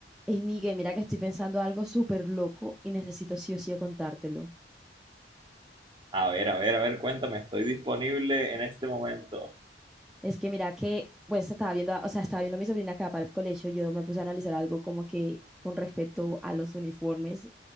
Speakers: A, in the centre; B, on the right (about 25°).
A: Ey, Miguel, mira que estoy pensando algo súper loco y necesito sí o sí contártelo.
B: A ver, a ver, a ver, cuéntame, ¿estoy disponible en este momento?
A: Es que mira que, pues estaba viendo, a- o sea, estaba viendo a mi sobrina acá para el colegio, yo me puse a analizar algo como que con respecto a los uniformes